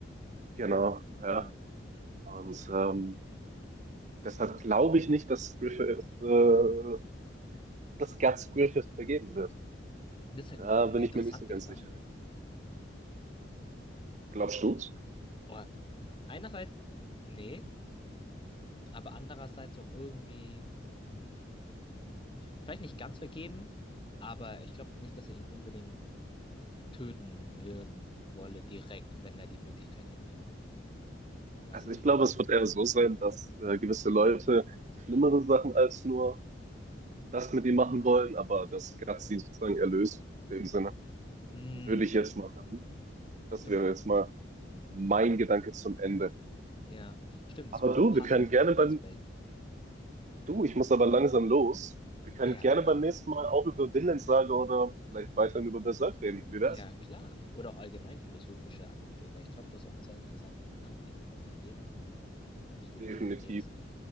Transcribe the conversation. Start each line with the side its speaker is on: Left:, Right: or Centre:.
Right: genau, ja.
Left: Ja.
Right: Und ähm, deshalb glaube ich nicht, dass Griffith, äh, dass Guts Griffith vergeben wird.
Left: Das ist halt
Right: Da
Left: ein, eine
Right: bin
Left: interessante
Right: ich mir nicht so ganz
Left: Frage.
Right: sicher. Glaubst du's?
Left: Oh, einerseits, nee, aber andererseits auch irgendwie, hm, vielleicht nicht ganz vergeben, aber ich glaube nicht, dass er ihn unbedingt töten würden wolle, direkt, wenn er die Möglichkeit hätte. Weißt
Right: Also
Left: du, was
Right: ich
Left: ich
Right: glaube,
Left: meine?
Right: es wird eher so sein, dass äh, gewisse Leute schlimmere Sachen als nur das mit ihm machen wollen, aber dass Gott sie sozusagen erlöst. In dem Sinne
Left: Mm,
Right: würde ich
Left: Mhm.
Right: jetzt mal vermuten. Das
Left: Stimmt.
Right: wäre jetzt mal mein Gedanke zum Ende.
Left: Ja, stimmt, das
Right: Aber
Left: wird auch
Right: du,
Left: passen
Right: wir können gerne
Left: ins
Right: beim,
Left: Bild.
Right: du, ich muss aber langsam los. Wir können
Left: Ja,
Right: gerne
Left: klar.
Right: beim nächsten Mal auch über Vinland-Saga oder vielleicht weiterhin über Berserk reden. Wie
Left: Ja,
Right: wär's?
Left: klar. Oder auch allgemein philosophische Anblicke, weil ich glaube, du hast auch einen sehr interessanten Anblick auf dein Leben oder auf wie du
Right: Definitiv.
Left: dein Leben lebst.